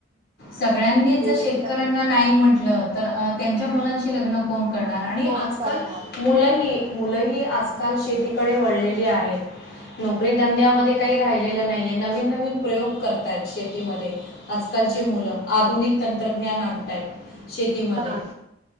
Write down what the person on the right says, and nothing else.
म्हणजे
एकदम
कोण
करणार
हा